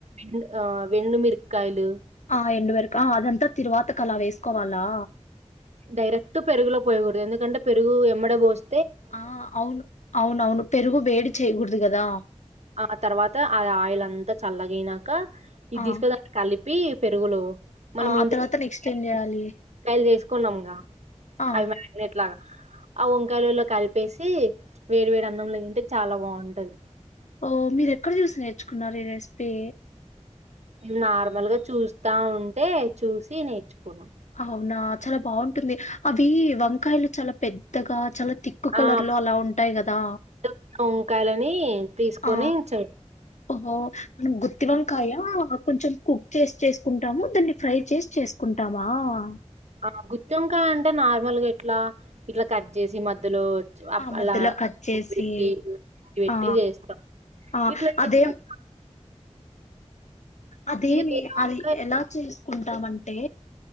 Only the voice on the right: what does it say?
ఎండు ఆ ఎండు మిరపకాయలు
డైరెక్ట్ పెరుగులో పోయకూడదు ఎందుకంటే పెరుగు ఎమ్మ డే బోస్
ఆ తర్వాత ఆ ఆయిల్ అంతా చల్లగయినాక ఇది
దీస్కవోయ్ కలి పి పెరుగు లో మనం
ఇంత
<unintelligible>
కాయలు చేసుకున్నాముగా
అవి మరి ఎట్లాగా ఆ వంకాయలులో కలిపేసి వేడి వేడి అన్నంలో తింటే చాలా బాగుంటది
మేము నార్మల్ గా చూస్తా ఉంటే చూసి నేర్చుకున్నా
ఆ
పెద్ద వంకాయలని తీసుకొని
చే
ఆ గుత్తివంకాయ్ అంటే నార్మల్గా ఎట్లా ఇట్లా కట్ చేసి మధ్యలో
అలా
పెట్టి పెట్టి
చేస్తాం
ఇట్లా చేకు
కొం
వేరొక